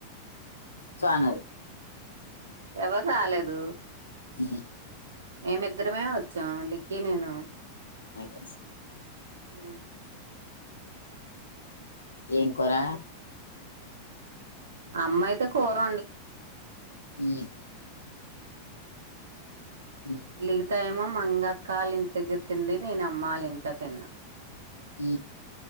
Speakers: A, on the left; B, on the right.
A: చాన
B: ఎవరు రాలేదు
A: హ
B: మేమిద్దరమే వచ్చాం లికి నేను
A: అయతే
B: ఆ
A: ఏం కోరా
B: అమ్మాయితే కూరల
A: ఆ ఉమ్,
B: లికుతా ఏమం మంగక్క వాళ్ళ ఇంటి దగ్గర తిడి నేను అమ్మ వాళ్ళ ఇంట్లో తిన్నా
A: అ